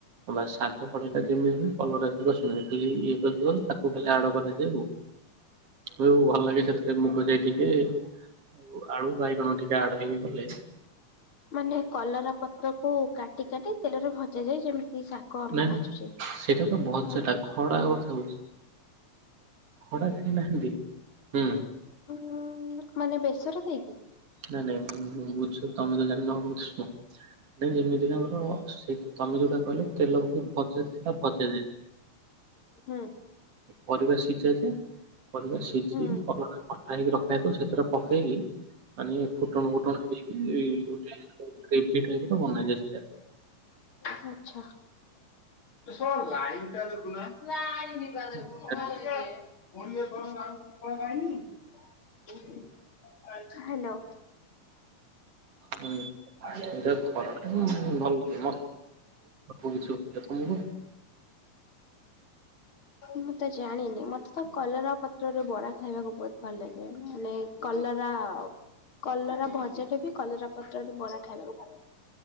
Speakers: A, on the right (about 45°); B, on the left (about 40°).
A: ବା ଶାଗ ପଟା ଯେମିତି କଲ ଖାଲି ଇଏଦ ତାକୁ ଖାଲି ଆଡ଼ କରାଯାଏ ଆଉ। ହୁଁ ଭଲ ଲାଗେ ସେଥିରେ ମୁଗ ଯାଇ ଟିକେ ଆଉ ଆଳୁ ବାଇଗଣ ଟିକେ ଆଡ ହେଇକି ଗଲେ।
B: ମାନେ କଲରା ପତ୍ର କୁ କାଟି କାଟି ତେଲରେ ଭଜା ଯାଏ ଯେମିତି ଶାଗ ଆମେ
A: ନାଇ
B: ଭାଜୁଛେ।
A: ସେଇଟା ତ ଭଜାଟା
B: ହଁ
A: ଖଡା କଥା କୋହୁଚି। ଖଡା ଖାଇ ନାହାନ୍ତି ହୁଁ।
B: ଉଁ ମାନେ ବେସର ଦେଇକି।
A: ନାଇଁ ନାଇଁ ଇ ବୁଝ ତମେ ତ ଜମା ନ ବୁଝୁନ। ନାଇଁ ଯେମିତିକା ଆମର ସେ ତମେ ଯୋଉଟା କହିଲ ତେଲ କୁ ଭଜା ସେଇଟା ଭଜା ଯାଏନା।
B: ହୁଁ।
A: ପରିବା ସିଝା ଯେ ପରିବା ସିଜେଇକି
B: ହୁଁ।
A: କଲରା କଟା ହେଇକି ରଖ ସେଥିରେ ପକେଇକି ମାନେ ଫୁଟଣ ଫୁଟଣ ଦେଇକି ଗୋଟେ ଟାଇପ ତ ବନା ଯାଏ ସେଇଟା।
B: ଆଚ୍ଛା ହେ ସଲା ଲାଇନ ଟା ଦେଖୁନା। <unintelligible>
A: ଏଇଟା
B: ହ୍ୟାଲୋ।
A: ହୁଁ ଏଟ ଖରା ଭଲ ଲାଗ ତମକୁ
B: ମୁଁ ତ ଜାଣିନି ମତେ ତ କଲରା ପତ୍ରରେ ବରା ଖାଇବାକୁ ବହୁତ ଭଲ ଲାଗେ ମାନେ କଲରା କଲରା ଭଜାଟେ ବି କଲରା ପତ୍ରରେ ବରା ଖାଇବାକୁ ଭଲ।